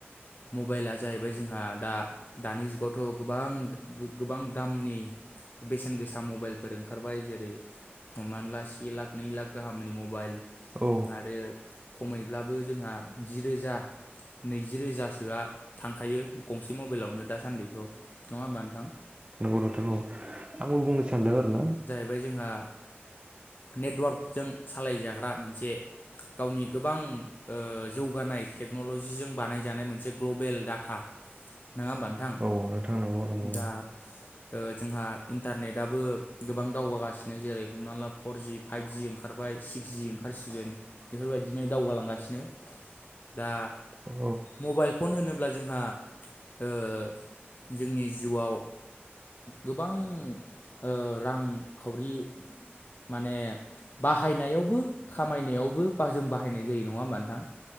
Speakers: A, on the left (about 45°); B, on the right (about 25°).
A: मबाइला जाहैबाय जोंहा दा दानि जुगावथ गोबां गो गोबां दामनि। बेसेन गोसा मबाइलफोर ओंखारबाय जेरै। हमनाला से लाख नै लाख गाहामनि मबाइल
B: औ
A: आरो। खमैब्लाबो जोंहा जि रोजा। नैजि रोजासोआ थांखायो गंसे मबेलावनो दासान्दिथ नङा होमबा नोंथां।
B: नोंगौ नोंथां औ आंबो बुंनो सानदों आरो ना।
A: बे जोंहा नेटवार्कजों सालाय जाग्रा मोनसे। गावनि गोबां ओ जौगानाय टेक्नलजिजों बानायजानाय मोनसे ग्लबेल डाटा। नङा होमबा नोंथां
B: औ नोंथां नंगौ नंगौ
A: दा? ओ जोंहा इन्टारनेटआबो गोबां दावगागासिनो जेरै हमना ला फरजि फाइभजि ओं खारबाय सिक्स जि ओंखारसिगोन बेफोर बायदिनो दावगालांगासिनो दा
B: औ
A: मबाइल फन होनोब्ला जोंहा ओ जोंनि जिउआव गोबां ओ रां खावरि माने बाहायनायावबो खामायनायावबो बा जों बाहायनाय जायो नङा होमबा नोंथां?